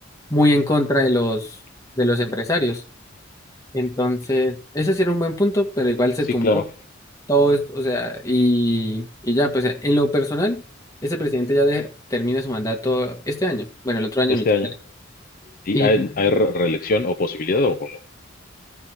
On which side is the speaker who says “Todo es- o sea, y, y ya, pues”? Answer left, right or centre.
Left